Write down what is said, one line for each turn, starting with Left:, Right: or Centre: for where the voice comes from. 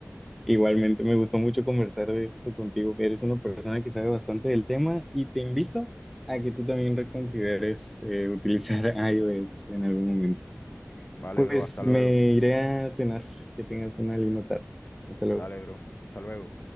Centre: Igualmente, me gustó mucho conversar de esto contigo. Eres una persona que sabe bastante del tema y te invito a que tú también reconsideres eh, utilizar <laughs> iOS en algún momento.
Left: Vale,
Centre: Pues
Left: bro, hasta luego.
Centre: me iré a cenar. Que tengas una linda tarde. Hasta luego.
Left: Dale, bro. Hasta luego.